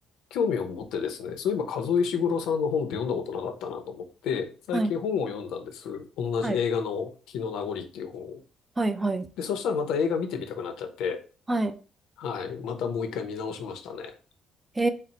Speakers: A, on the left; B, on the right.
A: 興味を持ってですね、そういえばカズオ・イシグロさんの本って読んだことなかったなと思って、最近本を読んだんです。
B: はい、
A: 同じ映画の「火の名残」っていう本を。
B: はい、はい、はい、はい、
A: で、そしたらまた映画見てみたくなっちゃって、
B: はい
A: はい。またもう一回見直しましたね。
B: え